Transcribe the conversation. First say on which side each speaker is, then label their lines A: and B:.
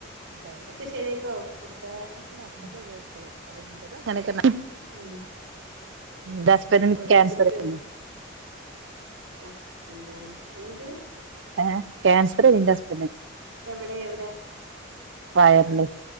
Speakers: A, on the right; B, on the right.
A: ഇതായി
B: ഒക്കെ ശരിയായിക്കോളും.
A: ഇല്ല ഒക്കെ
B: <unintelligible>
A: <unintelligible>
B: ഉം
A: എന്റഹസ്ബൻറ്റിന്
B: ഓരോരുത്തർക്ക്
A: കൻസറേനു.
B: <unintelligible> എന്ത്
A: ഏ ക്യാൻസർയെന്നു എന്റ് ഹസ്ബൻ
B: എവിടെ എവിടെ?
A: വയർല്.